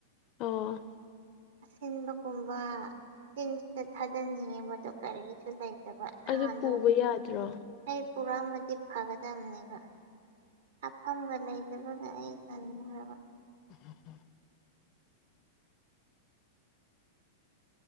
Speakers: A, on the left; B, on the right.
A: ꯑꯣ
B: ꯑꯁꯤꯟꯕꯀꯨꯝꯕ ꯆꯤꯟꯁꯤꯗ ꯊꯥꯗꯅꯤꯡꯉꯦꯕꯗꯣ ꯀꯔꯤꯁꯨ ꯂꯩꯇꯕ ꯅꯍꯥꯟꯗꯣ
A: ꯑꯗꯨ ꯄꯨꯕ ꯌꯥꯗ꯭ꯔꯣ
B: ꯍꯩ ꯄꯨꯔꯛꯑꯝꯃꯗꯤ ꯐꯒꯗꯝꯅꯦꯕ ꯑꯐꯪꯕ ꯂꯩꯗꯅ ꯑꯩ ꯇꯟꯒ꯭ꯔꯕ
A: <inaudible>